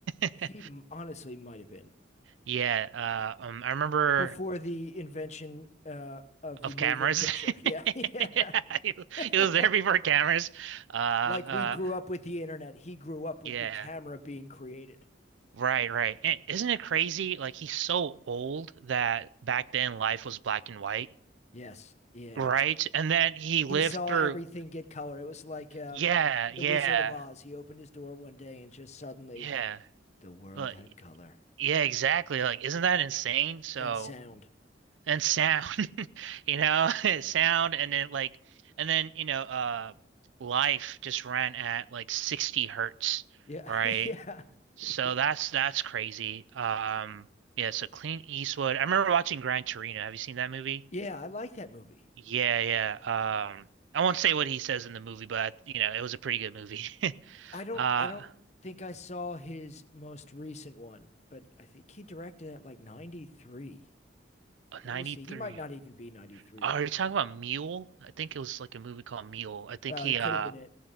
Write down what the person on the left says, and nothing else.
He honestly might have been
before the invention uh, of the
moving
picture. Yeah. Yeah.
<laughs>
like we grew up with the internet, he grew up with
the camera being created.
Yes. Yeah.
He
saw
everything get color. It was like um
the
Wizard of Oz. He opened his door one day and just suddenly
The world
had color
and sound.
Yeah,
<laughs> yeah,
yeah,
yeah. I like that movie.
I don't.
I don't think I saw his most recent one, but I think he directed it like '93.
Let
me see. He might not even be '93.
Uh,
it could
have been it.